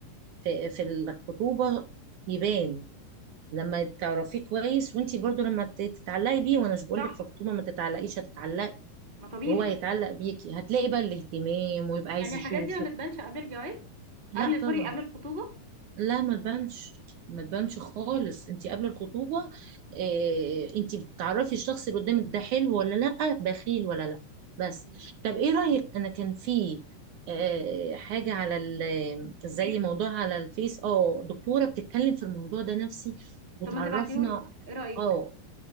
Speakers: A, on the right; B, on the right.
A: في في الخطوبه يبان لما تعرفيه كويس وانتي برضو لما تت- تتعلقي بيه وانا مش بقولك
B: صح
A: في الخطوبه ما تتعلقيش هتتعلقي
B: ما طبيعي
A: وهو هيتعلق بيكي هتلاقي بقى الاهتمام ويبقى عايز
B: يعني الحاجات
A: يشوفك
B: دي ما بتبانش قبل الجواز
A: لا
B: قبل
A: طبعا
B: سوري قبل الخطوبة
A: لا ما تبانش ما تبانش خالص انتي قبل الخطوبه اه انتي بتعرفي الشخص اللي قدامك ده حلو ولا لا بخيل ولا لا بس
B: مم.
A: طب ايه رايك انا كان في اه حاجه على ال- زي
B: ماشي
A: موضوع على الفيس اه دكتوره بتتكلم في الموضوع ده نفسي وتعرفنا
B: طب ما تبعتيهولي ايه رأيك
A: اه